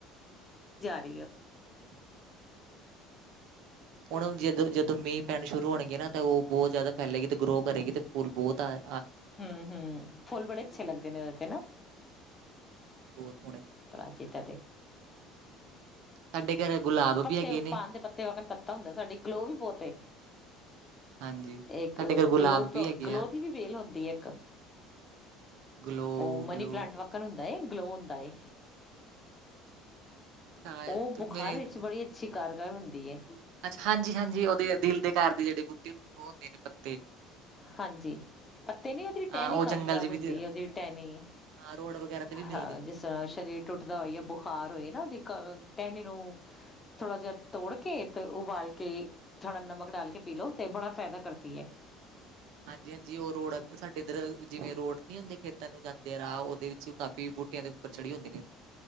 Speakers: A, on the left; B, on the right.
A: ਕਰ
B: <unintelligible> ਹੁਣ ਜਦੋਂ ਜਦੋਂ ਮੀਂਹ ਪੈਣ ਸ਼ੁਰੂ ਹੋਣਗੇ ਨਾ ਤਾਂ ਉਹ ਬਹੁਤ ਜ਼ਿਆਦਾ ਫੈਲੇਗੀ ਤੇ ਗਰੋ ਕਰੇਗੀ ਤੇ ਫੁਲ ਬਹੁਤ ਪਰ
A: ਹੂੰ ਹੂੰ ਫੁੱਲ ਬੜੇ ਅੱਛੇ ਲੱਗਦੇ ਨੇ ਇਹਦੇ ਤੇ ਨਾ
B: ਹੋਰ
A: ਪਾਜੀ ਤਾਡੇ
B: ਸਾਡੇ ਘਰ ਗੁਲਾਬ
A: ਪੱਤੇ
B: ਵੀ ਹੈਗੇ ਨੇ
A: ਪਾਨ ਦੇ ਪੱਤੇ ਵਗਣ ਪੱਤਾ ਹੁੰਦਾ ਸਾਡੀ ਗਲੋ ਵੀ ਬਹੁਤ ਏ
B: ਹਾਂਜੀ।
A: ਇੱਕ
B: ਸਾਡੇ ਘਰ ਗੁਲਾਬ
A: ਗਲੋਪ
B: ਵੀ ਹੈਗੇ
A: ਗਲੋ
B: ਆ
A: ਦੀ ਵੀ ਵੇਲ ਹੁੰਦੀ ਇੱਕ
B: ਗਲੋ
A: ਓ ਮਨੀ
B: ਗਲੋ
A: ਪਲਾਂਟ ਵੱਕਨ ਹੁੰਦਾ ਏ। ਗਲੋ ਹੁੰਦਾ ਏ।
B: ਸ਼ਾਇਦ
A: ਉਹ ਬੁਖਾਰ
B: ਮੇਰੇ
A: ਵਿੱਚ ਬੜੀ ਅੱਛੀ ਕਾਰ ਘਰ ਹੁੰਦੀ ਏ
B: ਅੱਛਾ ਹਾਂਜੀ ਹਾਂਜੀ ਉਹਦੇ <inaudible>
A: ਹਾਂਜੀ ਪੱਤੇ ਨੀ ਉਹਦੀ ਟਹਿਨੀ
B: ਹਾਂ ਉਹ
A: ਕਾਮਯਾਬ
B: ਜੰਗਲ ਚ
A: ਹੁੰਦੀ
B: ਵੀ
A: ਉਹਦੀ ਟਹਨੀ
B: ਹਾਂ ਰੋਡ ਵਗੈਰਾ ਤੇ ਵੀ
A: ਹਾਂ
B: ਮਿਲਦੇ ਨੇ
A: ਜਿਸ ਤਰ੍ਹਾਂ ਸਰੀਰ ਟੁੱਟਦਾ ਹੋਈਏ ਬੁਖਾਰ ਹੋਈਏ ਨਾ ਉਹਦੀ ਟਹਿਨੀ ਨੂੰ ਥੋੜ੍ਹਾ ਜਿਹਾ ਤੋੜ ਕੇ ਤੇ ਉਬਾਲ ਕੇ ਥੋੜਾ ਨਮਕ ਡਾਲ ਕੇ ਪੀ ਲਓ ਤੇ ਬੜਾ ਫਾਇਦਾ ਕਰਦੀ ਹੈ।
B: ਹਾਂਜੀ ਹਾਂਜੀ ਉਹ ਰੋਡ ਸਾਡੇ ਇਧਰ ਜਿਵੇਂ ਰੋਡ ਨੀ ਹੁੰਦੇ ਖੇਤਾਂ ਨੂੰ ਜਾਂਦੇ ਰਾਹ ਉ ਵਿਚ ਕਾਫੀ ਬੂਟਿਆਂ ਦੇ ਉੱਪਰ ਚੜੀ ਹੁੰਦੀ ਨੇ।